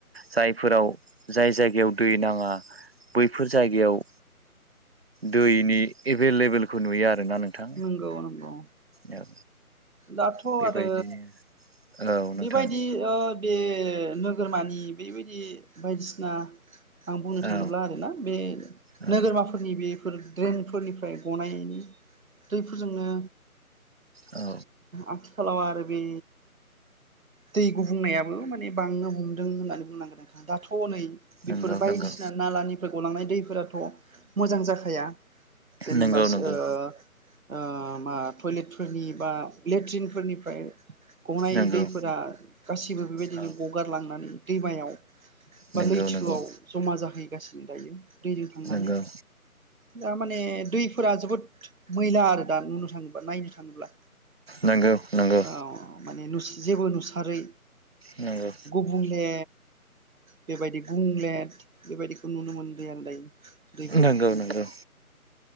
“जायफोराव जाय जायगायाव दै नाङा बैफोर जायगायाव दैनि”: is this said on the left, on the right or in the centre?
Right